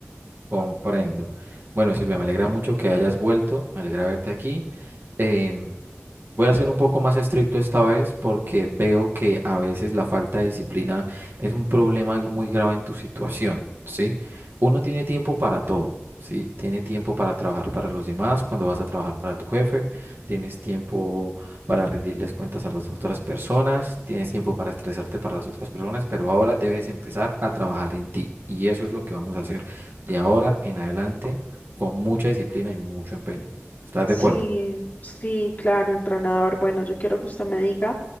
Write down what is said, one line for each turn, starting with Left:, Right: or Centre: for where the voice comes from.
Right: Comprendo. Bueno, Silvia, me alegra mucho que hayas vuelto, me alegra verte aquí. Em, Voy a ser un poco más estricto esta vez porque veo que a veces la falta de disciplina es un problema muy grave en tu situación, ¿sí? Uno tiene tiempo para todo, ¿sí? Tiene tiempo para trabajar para los demás, cuando vas a trabajar para tu jefe, tienes tiempo para rendirles cuentas a las otras personas, tienes tiempo para estresarte para las otras personas, pero ahora debes empezar a trabajar en ti y eso es lo que vamos a hacer de ahora en adelante con mucha disciplina y mucho empeño. ¿Estás
Left: Sí,
Right: de acuerdo?
Left: sí, claro, entrenador. Bueno, yo quiero que usted me diga.